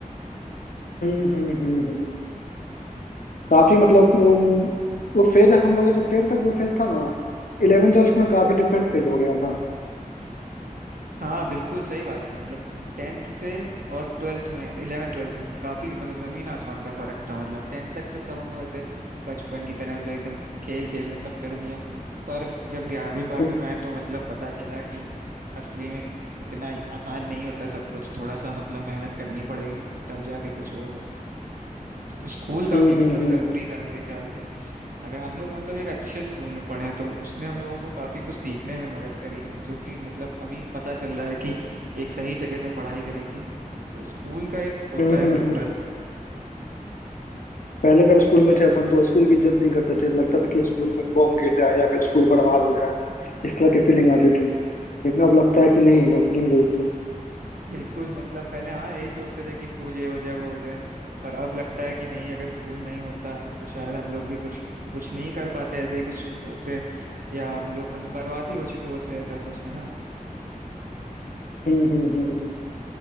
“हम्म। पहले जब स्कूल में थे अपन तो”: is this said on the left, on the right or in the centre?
Left